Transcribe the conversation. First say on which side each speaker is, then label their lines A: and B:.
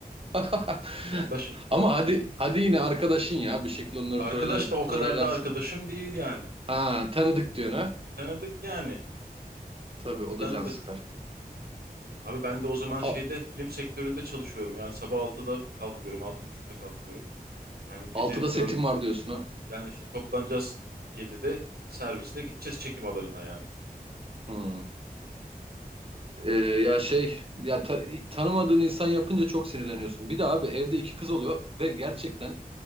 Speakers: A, on the right (about 35°); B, on the right (about 85°).
A: <laughs>
B: Yani taş,
A: Ama hadi hadi yine arkadaşın ya bir şekilde onları
B: arkadaş
A: tolere,
B: da o
A: tolere
B: kadar
A: edersin.
B: da arkadaşım değil yani.
A: Ha tanıdık diyorsun ha.
B: Tanıdık yani.
A: Tabii o
B: Tanıdık.
A: da can sıkar.
B: Abi ben de o zaman şeyde
A: A-
B: film sektöründe çalışıyorum. Yani sabah 6'da kalkıyorum, 6.30'da kalkıyorum. Yani gece
A: altıda setim
B: dört
A: var diyorsun ha.
B: yani işte toplanacağız 7'de servisle gideceğiz çekim alanına yani.
A: Hmm. Ee, ya şey ya ta- tanımadığın insan yapınca çok sinirleniyorsun. Bir de abi evde iki kız oluyor ve gerçekten